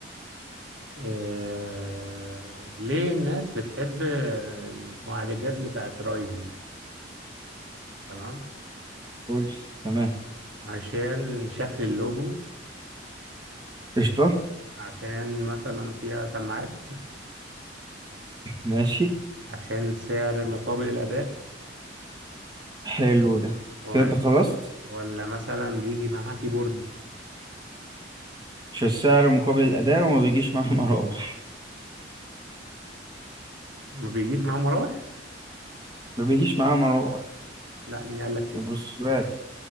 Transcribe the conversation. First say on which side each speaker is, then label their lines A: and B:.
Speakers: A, on the right; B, on the right.
A: إيه... ليه الناس بتحب المعالجات بتاعت رايزن تمام
B: قول لي تمام
A: عشان شكل اللوجو
B: قشطة
A: عشان مثلا فيها سماعات
B: ماشي
A: عشان سعر مقابل الأداء
B: حلو ده
A: ولا
B: كده انت خلصت
A: ولا مثلا بيجي معاها كيبورد
B: مش السعر مقابل الأداء وما بيجيش معاه مراوح
A: ما بيجيش معاه مراوح
B: ما بيجيش معاه مراوح
A: لا مين قال لك كده
B: بروسوات